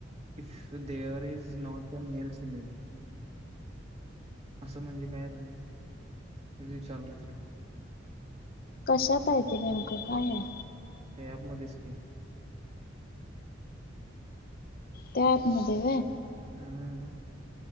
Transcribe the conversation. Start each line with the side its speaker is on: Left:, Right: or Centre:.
Right: if there is not a nail cement. असं म्हणजे काय पाहिजे. हेे विचारली तरी.
Left: कशात आहे ते नेमकं काय आहे.
Right: हे ॲप मध्येच की,
Left: त्या ॲप मध्ये होय.
Right: हम्म!